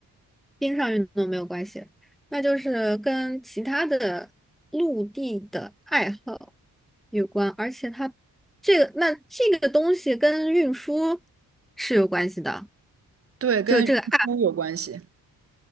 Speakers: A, in the centre; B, on the right.
A: 冰上运动没有关系，那就是跟其他的陆地的爱好有关，而且它这个那这个东西跟运输是有关系的，
B: 对，跟运输有关系，
A: 就这个爱